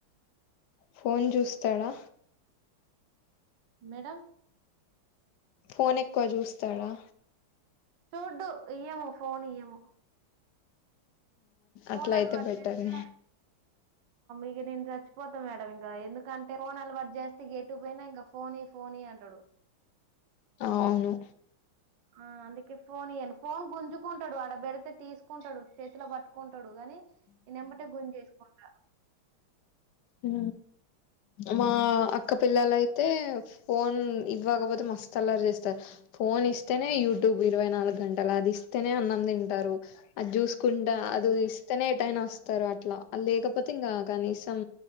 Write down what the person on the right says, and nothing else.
మేడమ్
చూడ్డు ఇయ్యము ఫోన్ ఇయ్యము పోన్లు
అలవాటు
చేస్తే ఇక నేను చచ్చిపోతాను మేడం ఇంకా ఎందుకంటే ఫోన్ అలవాటు చేస్తే ఎట్టు పోయినా ఇంకా ఫోన్ ఈ ఫోన్ ఈ అంటాడు
ఆ అందుకే ఫోన్ ఈయను ఫోన్ గుంజు కుంటాడు ఆడబెడతే తీసుకుంటాడు చేతిలో పట్టుకుంటాడు డు కాని నెంమటే గుంజ చేసుకుంట
ఉమ్,
ఉమ్.